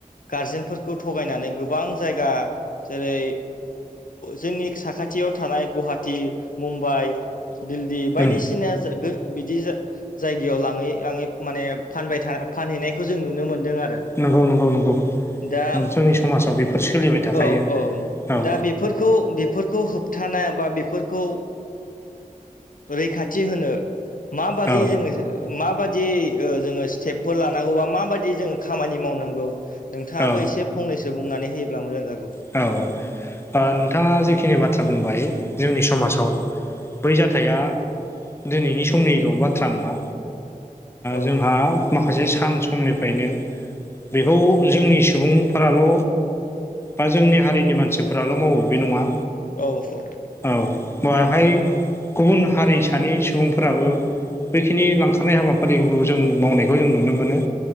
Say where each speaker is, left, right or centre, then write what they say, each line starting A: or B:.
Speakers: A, on the left (about 70°); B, on the left (about 15°).
A: गारजेनफोरखौ थगायनानै गोबां जायगा जेरै जोंनि साखाथियाव थानाय गुवाहाटि मुम्बाइ दिल्ली बायदिसिना
B: उम
A: बिदि जायगायाव लाङै लाङै माने फानबाय फानहैनायखौ जों नुनो मोन्दों आरो
B: नंगौ नंगौ नंगौ
A: दा
B: जोंनि समाजाव बेफोर सोलिबाय थाखायो
A: औ औ
B: औ
A: दा बेफोरखौ होबथानाया बा बेफोरखौ रैखाथि थि होनो माबादि
B: औ
A: जोङो मा बादि जोङो स्टेपफोर लानांगौ बा मा बाददि जोङो खामानि मावनांगौ नोंथाङाबो
B: औ
A: एसे फंनैसो बुंनानै होयोब्ला मोजां जागौ
B: औ नोंथाङा जेखिनि बाथ्रा बुंबाय जोंनि समाजाव बै जाथाया दिनैनि समनिल' बाथ्रा नङा
A: औ
B: जोंहा माखासे सान समनिफ्रायनो बेखौ जोंनि सुबुंफोराल' बा जोंनि हारिनि मानसिफोराल' मावो बे नङा
A: औ औ
B: औ बेहाय गुबुन हारिसानि सुबुंफोराबो बैखिनि लांखारनाय हाबाफारिखौ जों मावनायखौ जों नुनो मोनो